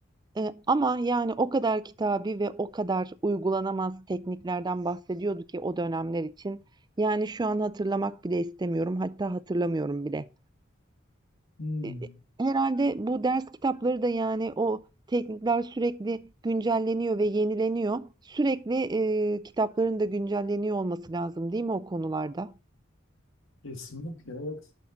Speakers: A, on the right; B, on the left.
A: E, ama yani o kadar kitabi ve o kadar uygulanamaz tekniklerden bahsediyordu ki o dönemler için. Yani şu an hatırlamak bile istemiyorum. Hatta hatırlamıyorum bile.
B: Hmm,
A: E, e, Herhalde bu ders kitapları da yani o teknikler sürekli güncelleniyor ve yenileniyor. Sürekli e, kitapların da güncelleniyor olması lazım, değil mi o konularda?
B: kesinlikle evet.